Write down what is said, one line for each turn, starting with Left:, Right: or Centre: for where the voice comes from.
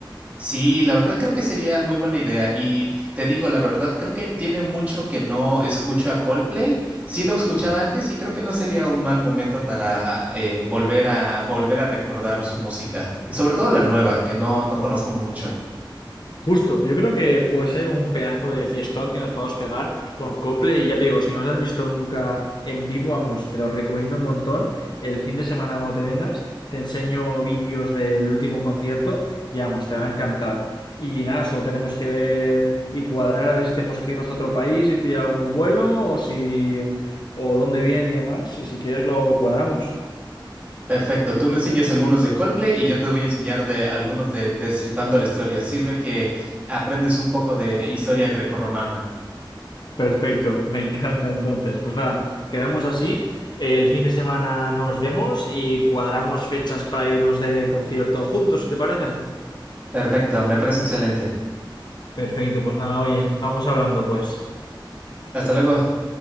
Right: Sí, la verdad creo que sería muy buena idea y te digo, la verdad creo que tiene mucho que no escucho a Coldplay. Sí lo escuchaba antes y creo que no sería un mal momento para eh, volver a volver a recordar su música y sobre todo la nueva que no no conozco mucho.
Left: Justo, yo creo que puede ser un pedazo de fiestón que nos podemos pegar con Cople y ya te digo, si no los has visto nunca en vivo, vamos, te lo recomiendo un montón. El fin de semana cuando te vengas, te enseño vídeos del último concierto y vamos, te va a encantar. Y nada, solo tenemos que ver y cuadrar a ver si tenemos que irnos a otro país y pillar algún vuelo o si o dónde vienen y demás, y si quieres lo cuadramos.
Right: Perfecto, tú me enseñas algunos de Coldplay y yo te voy a enseñar de algunos de Destripando la Historia. Sirve que aprendes un poco de historia grecorromana.
Left: Perfecto, me encanta entonces. Pues nada, quedamos así. El fin de semana nos vemos y cuadramos fechas para irnos de concierto juntos, si te parece.
Right: Perfecto, me parece excelente.
Left: Perfecto, pues nada, oye, vamos hablando pues.
Right: Hasta luego.